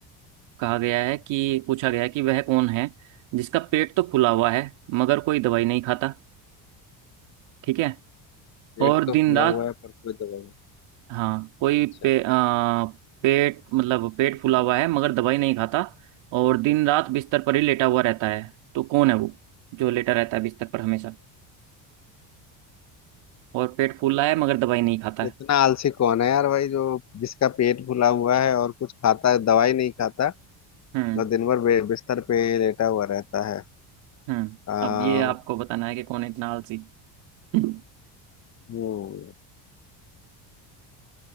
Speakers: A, on the right; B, on the left.
A: कहा गया है कि पूछा गया है कि वह कौन है जिसका पेट तो फूला हुआ है मगर कोई दवाई नहीं खाता ठीक है
B: पेट
A: और
B: तो
A: दिन
B: फूला
A: रात
B: हुआ है पर कोई दवाई नहीं
A: हाँ कोई
B: अच्छा
A: पे, आ, पेट मतलब पेट फूला हुआ है मगर दवाई नहीं खाता और दिन रात बिस्तर पर ही लेटा हुआ रहता है तो कौन है वो जो लेटा रहता है बिस्तर पर हमेशा और पेट फूला है मगर दवाई नहीं खाता है
B: इतना आलसी कौन है यार भाई जो जिसका पेट फूला हुआ है और कुछ खाता है दवाई नहीं खाता मतलब
A: हम्म
B: दिन भर बे- बिस्तर पे लेटा हुआ रहता है
A: हम्म
B: आ,
A: अब ये आपको बताना है कि कौन है इतना आलसी <laughs>
B: हम्म